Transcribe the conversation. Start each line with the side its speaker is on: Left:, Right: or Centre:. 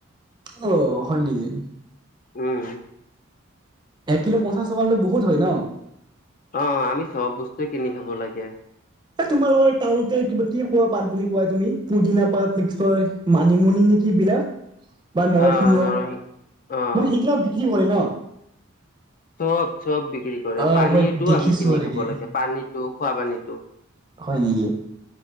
Right: অঁ হয় নেকি?
Left: উম!
Right: এক কিলো পঞ্চাশ টকা বহুত হয় ন।
Left: অঁ অঁ আমি চব বস্তুৱে কিনি খাব লাগে।
Right: এ তোমালোকৰ এই টাউনতে কিবা কি কোৱা পাত বুলি কোৱা তুমি পদুনা পাত নিশ্চয় মানিমুনি। কি বিলাক বা নৰসিংহ
Left: অ', নৰসিং অ',
Right: মানে সেইগিলাক বিক্ৰী কৰে ন।
Left: চব চব বিক্ৰী কৰে
Right: অ
Left: পানীতো
Right: মই দেখিছো
Left: আমি কিনি
Right: আৰু
Left: খাব
Right: কি
Left: লাগে পানী খোৱা পানী।
Right: হয় নেকি?